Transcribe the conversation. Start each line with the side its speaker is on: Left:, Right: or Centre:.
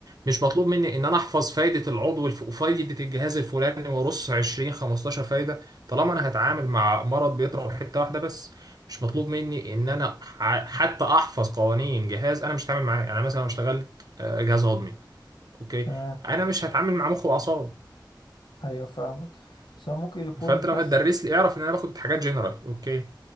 Right: مش مطلوب مني ان انا احفظ فايده العضو الف... وفايده الجهاز الفلاني وارص 20 15 فايده طالما انا هتعامل مع مرض بيضرب حته واحده بس مش مطلوب مني ان انا ح... حتى احفظ قوانين جهاز انا مش هتعامل معاه يعني أنا مثلا لو اشتغلت آه، جهاز هضمي اوكي
Left: تمام
Right: انا مش هتعامل مع مخ واعصاب
Left: ايوه فاهمك بس هو ممكن يكون
Right: فانت لو
Left: بس
Right: هتدرس لي اعرف ان انا باخد حاجات جنرال اوكي آه،